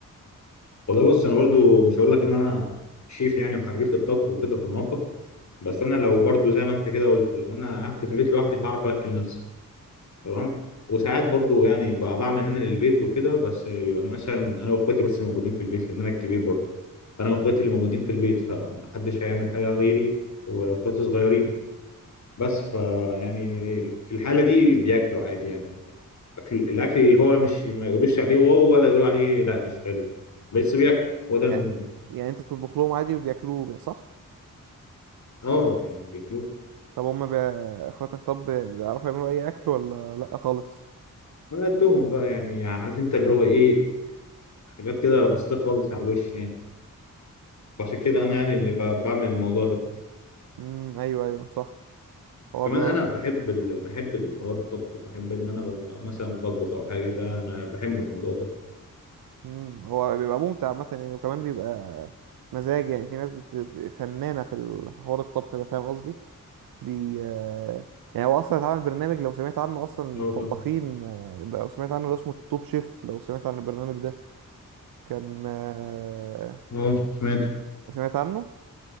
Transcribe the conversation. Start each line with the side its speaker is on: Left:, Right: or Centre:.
Left: والله بص انا برضو مش هقول لك ان انا شيف يعني وحريف في الطبخ وكده في المطبخ بس انا لو برضو زي ما انت كده قلت لو انا قعدت في البيت لوحدي هعرف اكل نفسي تمام وساعات برضو يعني ب- بعمل هنا للبيت وكده بس بيبقى مثلا انا واخواتي بس اللي موجودين في البيت لان انا الكبير برضو انا واخواتي اللي موجودين في البيت فمحدش هيعمل حاجه غيري واخواتي صغيرين بس
Right: مم.
Left: ف يعني في الحاله دي بياكلوا عادي يعني الاكل الاكل اللي هو مش ما يقولوش عليه واو ولا يقولوا عليه لا مش حلو بس بياكل هو ده المهم
Right: يعني يعني انت بتطبخ لهم عادي وبياكلوه بي- صح
Left: اه يعني بياكلوه
Right: طب هم بي... اخواتك طب بيعرفوا يعملوا اي اكل ولا لا خالص
Left: على قدهم بقى يعني عارف انت اللي هو ايه حاجات كده بسيطه خالص على الوش يعني وعشان كده انا يعني اللي ب- بعمل الموضوع ده
Right: امم ايوه ايوه صح حوار
Left: كمان انا بحب ال... بحب الحوار الطبخ وبحب ان انا ب... مثلا بطبخ او حاجه ده انا بحب الموضوع ده
Right: امم هو بيبقى ممتع عامه يعني وكمان بيبقى مزاج يعني في ناس بت... بت- فنانه في ال- في حوار الطبخ ده فاهم قصدي بي آه، يعني هو اصلا اتعمل برنامج لو سمعت عنه اصلا
Left: اه
Right: للطباخين
Left: فاهم
Right: آه، لو سمعت عنه اللي اسمه التوب شيف لو سمعت عن البرنامج ده كان آه،
Left: اه سمعته
Right: سمعت عنه